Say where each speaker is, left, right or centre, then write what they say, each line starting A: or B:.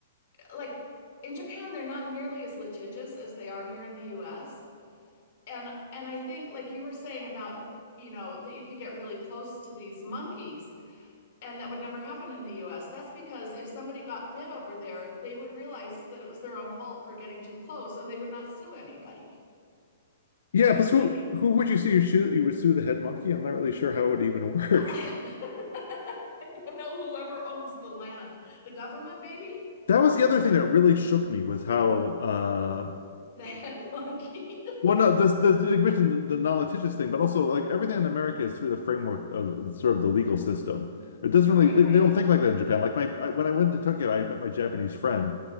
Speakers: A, on the left (about 35°); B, on the left (about 75°).
A: like in Japan, they're not nearly as litigious as they are here in the US. and and I think like you were saying about you know that you could get really close to these monkeys and that would never happen in the US. That's because if somebody got bit over there, they would realize that it was their own fault for getting too close and they would not sue anybody.
B: Yeah,
A: You
B: plus
A: know
B: who
A: what I mean?
B: who would you sue you shoot you would sue the head monkey? I'm not really sure how it would even work.
A: <laughs> I
B: <laughs>
A: don't know whoever owns the land. The government maybe? <laughs>
B: That was the other thing that really shook me was how uh
A: The head monkey. <laughs>
B: Well, no, this, this you mentioned the, the non-litigious thing, but also like everything in America is through the framework of sort of the legal system. It doesn't really
A: Right,
B: they,
A: right.
B: they don't think like that in Japan. Like my I, when I went to Tokyo, I met my Japanese friend,